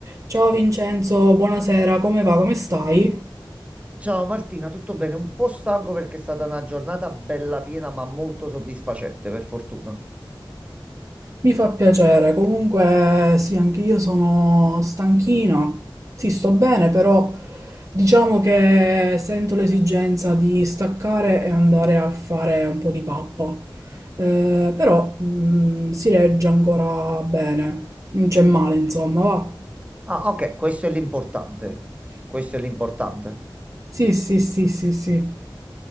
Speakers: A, on the right (about 40°); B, on the right (about 15°).
A: Ciao Vincenzo, buonasera, come va? Come stai?
B: Ciao Martina, tutto bene? Un po' stanco perché è stata una giornata bella piena, ma molto soddisfacente, per fortuna.
A: Mi fa piacere, comunque sì, anche io sono stanchina. Sì, sto bene, però diciamo che sento l'esigenza di staccare e andare a fare un po' di pappa. Eh, però mh, si regge ancora bene, non c'è male, insomma, va.
B: Ah, ok, questo è l'importante. Questo è l'importante.
A: Sì, sì, sì, sì, sì.